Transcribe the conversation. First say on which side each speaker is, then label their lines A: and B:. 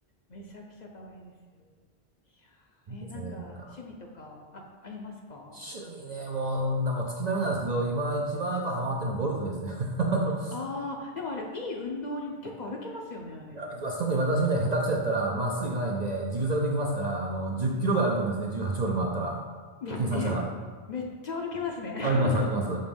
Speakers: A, on the left; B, on the right.
A: めちゃくちゃ可愛いですよ。いや
B: いいですね、
A: ーえーなんか趣味とかあ、
B: なんか。
A: ありますか
B: 趣味ね、もう、なもう月並みなんですけど、今一番やっぱハマってるのゴルフですね。<laughs>
A: ああー、でもあれ、いい運動に結構歩きますよね、あれ。
B: いや、できます。特に私みたいに下手くそやったら、まっすぐ行かないんで、ジグザグで行きますから、あの、10キロぐらい歩くんですね。18ホール回ったら。
A: め、
B: 計算したら。
A: えめっちゃ歩きますね。
B: 歩きます、歩きます。